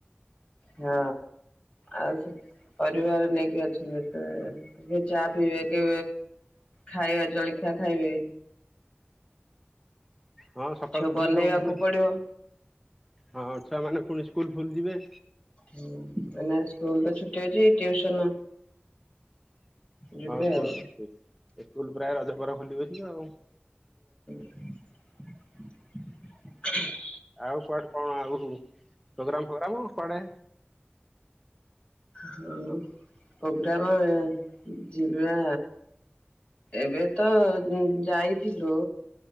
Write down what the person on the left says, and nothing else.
ହଁ ଆଉ ପରିବାର ନେଇକି ଅଛନ୍ତି। <unintelligible> ଏତ କିଏ ଚା ପିଇବେ କି ଖାଇବା ଜଳଖିଆ ଖାଇବେ?
କିଛି
ବନେଇବାକୁ
ପଡିବ।
ହୁଁ ଏଇନା ସ୍କୁଲ ତ ଛୁଟି ଅଛି ଟିଉସନ୍। ଯିବେ
ଆଉ।
<unintelligible>
ହଁ ପ୍ରୋଗ୍ରାମ ଯିବା, ଏବେ ତ ଯାଇଥିଲୁ,